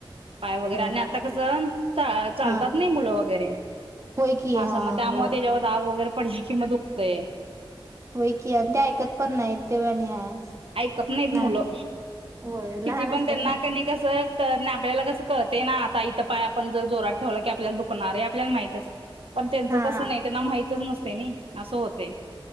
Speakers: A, on the right (about 80°); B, on the right (about 30°).
A: पाय वगैरे
B: होय
A: आणि
B: काय
A: आता कसं चालतात
B: हा
A: नाही मुलं वगैरे.
B: होय की
A: हा स म त्यामुळे
B: बरोबर
A: त्याच्यावर दाव वगैरे पडली किंम दुखतय.
B: होय की आणि ते ऐकत पण नाहीत तेव आणि हाय.
A: ऐकत नाहीत
B: लहान
A: मुलं
B: होय
A: किती
B: लहान
A: पण
B: असतात
A: त्यांना
B: ना
A: कनी क -- स आपल्याला कसं कळतयना आता इथं पाय आपण जर जोरात ठेवला की दु खणार हे आपल्याला माहितच अस पण त्यांचं
B: हा
A: तसं नाही त्यांना माहितच नसतयं नाई. असं होतयं.